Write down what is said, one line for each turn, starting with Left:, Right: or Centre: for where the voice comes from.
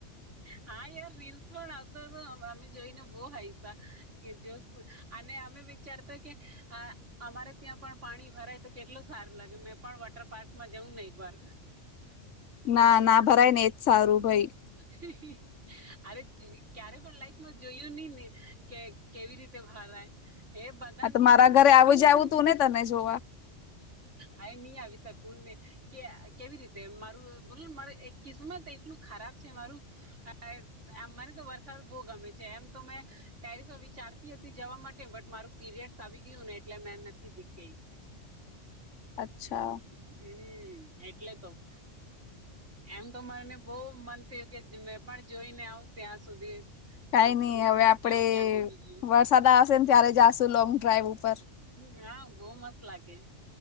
Right: હા, યાર રીલ્સ પણ આવતો હતો અમે જોઈને બો હાઈસા કે જો અને અમે વિચારતા કે આ અમારે ત્યાં પણ પાણી ભરાય તો કેટલું સારું લાગે મેં પણ વોટર પાર્કમાં જવું નહિ પર.
Left: ના, ના ભરાય ને એ જ સારું ભાઈ.
Right: હ. <unintelligible> અરે ક્યારે પણ લાઈફમાં જોયું નહી ને કે કેવી રીતે ભરાય. એ બધાને
Left: આ તો મારા ઘરે આવું
Right: ન્યૂઝ.
Left: જ આવું તું ને તને જોવા
Right: આય ની આવી શકુંને. કે કેવી રીતે મારું બોલને મારે એક કિસ્મત એટલું ખરાબ છે મારું. હ. <unintelligible> તો આમ મને તો વરસાદ બહુ ગમે છે. એમ તો મેં ટેરિસો વિચારતી હતી જવા માટે બટ મારું. પીરિયડ્સ આવી ગયું ને એટલે મે નથી જીગ ગઈ.
Left: અચ્છા.
Right: હમ, એટલે તો. એમ તો મને બહુ મન થયું કે મેં પણ જોઈને આવ ત્યાં સુધી.
Left: કઈ
Right: તો
Left: નહી
Right: શું
Left: હવે
Right: શું
Left: આપડે
Right: ક્યાં ક્યાં ડૂબી ગયું
Left: વરસાદ આવશે ને ત્યારે જાશુ લોંગ ડ્રાઈવ ઉપર.
Right: હ, હા બહુ મસ્ત લાગે.